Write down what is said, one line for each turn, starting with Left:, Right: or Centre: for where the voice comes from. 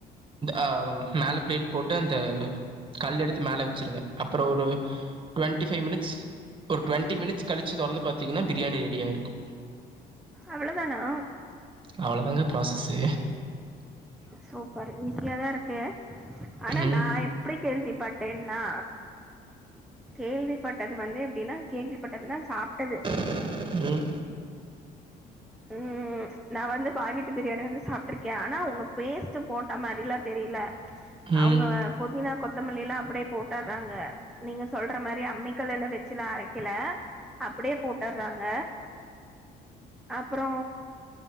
Right: ஆ மேலே பிளேட் போட்டு அந்த கல் எடுத்து மேல வெச்சிருங்க அப்பறோ ஒரு டுவெண்டி ஃபைவ் மினிட்ஸ் ஒரு டுவெண்டி மினிட்ஸ் கழிச்சு தொறந்து பாத்திங்கன்னா பிரியாணி ரெடியாயிருக்கு
Centre: அவளோ தானா
Right: அவளோதாங்க ப்ராஸஸ்ஸு
Centre: சூப்பர் ஈஸியாதா இருக்கு ஆனா
Right: ம்
Centre: நா எப் புடி கேள்விப்பட்டேன்னா கேள்விப்பட்டது வந்து எப்டினா கேள்விப்பட்டதுனா சாப்டது
Right: ம்
Centre: ம் நா வந்து பாய் வீட்டு பிரியாணி வந்து சாப்ட்டுருக்கே ஆனா அவுங்க பேஸ்ட் போட்ட மாரிலா தெரில
Right: ம்
Centre: அவுங்க
Right: ம்
Centre: புதினா கொத்தமல்லி எல்லா அப்டியே போட்டுறாங்க நீங்க சொல்ற மாரி அம்மி கல்லுல வெச்சுலா அரைக்கல அப்டியே போட்டுறாங்க அப்றோ